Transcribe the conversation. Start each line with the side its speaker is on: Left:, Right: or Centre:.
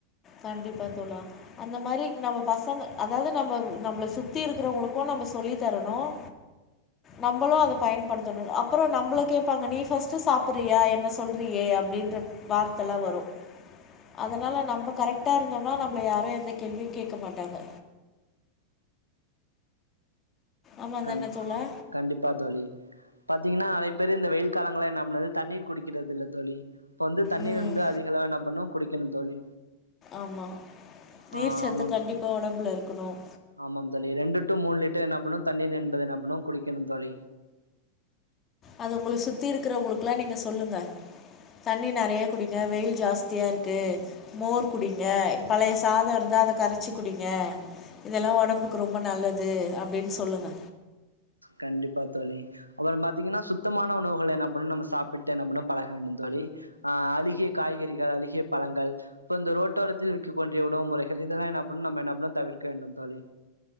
Left: கண்டிப்பா தோலா அந்த மாரி நம்ம பசங்க அதாவது நம்ம நம்மளை சுத்தி இருக்கிறவங்களுக்கும் நம்ம சொல்லி தரணும் நம்மளும் அதை பயன்படுத்தணும் அப்புறம் நம்மளை கேட்பாங்க நீ ஃபர்ஸ்ட் சாப்பறியா என்ன சொல்றியே அப்படின்ற வார்த்தைல்லாம் வரும் அதனால நம்ம கரெக்டா இருந்தோம்னா நம்மள யாரும் எந்த கேள்வியும் கேட்க மாட்டாங்க ஆமா
Right: கண்
Left: தானே தோழா?
Right: கண்டிப்பா தோழி பாத்தீங்கன்னா <unintelligible> பேரு இந்த வெயில் காலங்களாம் என்ன பனது தண்ணீர் குடிக்கிறது இல்ல தோழி இப்ப வந்து தண்ணி
Left: ம்.
Right: இருந்து அதிகளா என்ன பண்ணும் குடி க்கணு தோழி
Left: ஆமா. நீர்ச்சத்து
Right: ஆ ஆமாம்
Left: கண்டிப்பா உடம்புல இருக்கணும்.
Right: ஆமாம் தோழி ரெண்டு டூ மூணு லிட்ட என்ன பண்ணும் தண்ணீர் ந்பது நம்பனும் குடிக்கணும் தோழி
Left: அது உங்களை சுத்தி இருக்குற உங்களுக்குெல்லாம் நீங்க சொல்லுங்க தண்ணிர் நறைய குடிங்க வெயில் ஜாஸ்தியா இருக்கு மோர் குடிங்க பழைய சாதம் இருந்தால் அதை கரைச்சி குடிங்க இதெல்லாம் உடம்புக்கு ரொம்ப நல்லது அப்படின்னு சொல்லுங்க
Right: கண்டிப்பா தோழி அப்புறம் பாத்தீங்கன்னா சுத்தமான உணவுகளை நம் நம்ம சாப்பிட்டு என்ன பண்ண பழக வேண்டும் தோழி ஆ அழகிய காய்கறிகள் அழகிய பழங்கள் இப்ப இந்த ரோட்டோரத்தில் விற்கக்க கூடிய உணவு முறைகள் இதெல்லாம் என்ன படும் நம்ம என்ன படும் தவிர்க்க வேண்டும் தோழி